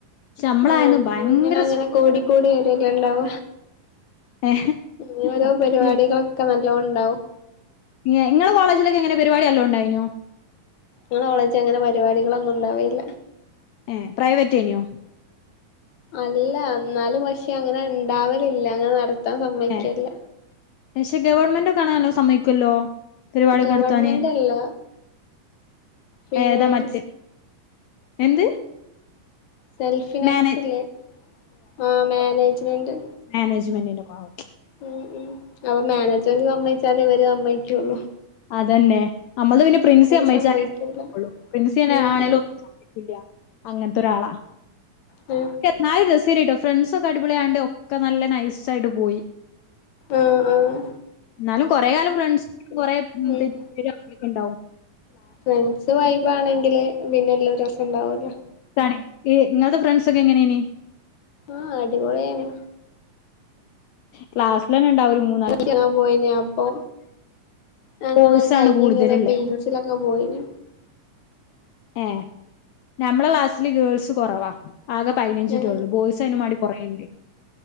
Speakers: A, on the left; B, on the left.
A: പക്ഷെ നമ്മളായന്ന്
B: ആഹ്
A: ഭയങ്കര
B: ഇങ്ങനെ അങ്ങനെ
A: സ്ട്രിക്റ്റ്
B: കൂടിക്കൂടി വരെല്ലെ ഇണ്ടാവ
A: ഏ
B: ഇന്നൊരോ പരിവാടികളൊക്കെ നല്ലോം ഇണ്ടാവും
A: ഏ ഇങ്ങളെ കോളേജിലൊക്കെങ്ങനെ പരിപാടി നല്ലോണ്ടായിനോ
B: ഞങ്ങളെ കോളേജ് അങ്ങനെ പരിപാടികളൊന്നും ഉണ്ടാവൽല്ല
A: ഏ പ്രൈവറ്റേനോ
B: അല്ല ന്നാലും പക്ഷെ അങ്ങനെ ഇണ്ടാവലില്ല അങ്ങനെ നടത്താൻ സമ്മയ്ക്കേല്ല
A: ഏഹ് പക്ഷെ ഗവൺമെന്റ് ഒക്കെ ആണെ നല്ലോം സമ്മയ്ക്കല്ലോ പരിവാടി ഒക്കെ
B: ഗവൺമെന്റ്
A: നടത്താന്
B: അല്ല ഫിനാൻസ്
A: ഏതാ മറ്റെ എന്ത്
B: സെൽഫിനാൻസ്
A: മാനേ
B: ല്ലേ ആഹ് മേനേജ്മെൻറ്
A: മേനേജ്മെൻ്റിൻ്റെക്കെ ആവും
B: ഉം ഉം അപ്പം മേനേജ്‌മെൻ്റ് സമ്മയ്ച്ചാലേ ഇവല് സമ്മയ്ക്കൊള്ളൂ
A: അതന്നെ അമ്മൾത് പിന്നെ പ്രിൻസി സമ്മയ്ച്ചാലെ
B: സമ്മതിക്കൂല
A: നടക്കൊള്ളൂ പ്രിൻസിയെന്നെ
B: ഉം
A: ആണേലും
B: ഉം
A: സ ഇല്ല അങ്ങൻത്തൊരാളാ
B: ഏ
A: എന്നാലും രസെയ്‌നിട്ടോ ഫ്രണ്ട്സൊക്കെ അടിപൊളിയാണ്ട് ഒക്കെ നല്ല നൈസായിട്ട് പോയി
B: ആഹ് ആഹ്
A: എന്നാലും കൊറെ കാലം ഫ്രണ്ട്സ് കൊറെ
B: ഉം
A: തെ <unintelligible> അങ്ങൊക്കെണ്ടാവും
B: ഫ്രണ്ട്സ് വൈബാണെങ്കില് പിന്നെ എല്ലും രസണ്ടാവല്ലൊ
A: താണ് ഇ ഇങ്ങൾത് ഫ്രണ്ട്സൊക്കെ എങ്ങനെയ്നി
B: ആഹ് അടിപൊളിയേനി
A: ക്ലാസിലെന്നെ ഇണ്ടാവും ഒര് മൂ
B: <unintelligible> പോയിനി അപ്പൊ ഞങ്ങളത്
A: കോഴ്സ്
B: കയ്ഞ്ഞ്ങ്ങനെ
A: ആണ് കൂടുതലുള്ളേ
B: ബീച്ചിലൊ ക്ക പോയിനി
A: ഏഹ് ഞമ്മളെ ക്ലാസ്സില് ഗേൾസ് കൊറവാ ആകെ പയ്നഞ്ച്
B: ഞങ്ങ
A: കുട്ടേളൊള്ളൂ ബോയ്സ് അയ്‌നും മാണ്ടി കൊറേണ്ട്